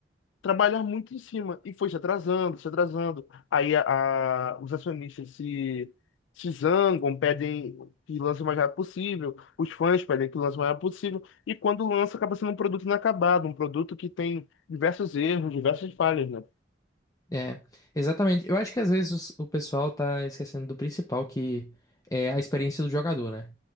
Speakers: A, on the left (about 80°); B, on the left (about 20°).
A: trabalhar muito em cima e foi se atrasando, se atrasando. Aí a, a- os acionistas se, se zangam, pedem que lance o mais rápido possível, os fãs pedem que lance o mais rápido possível, e quando lança, acaba sendo um produto inacabado, um produto que tem diversos erros, diversas falhas, né?
B: É, exatamente. Eu acho que às vezes os- o pessoal tá esquecendo do principal, que é a experiência do jogador, né?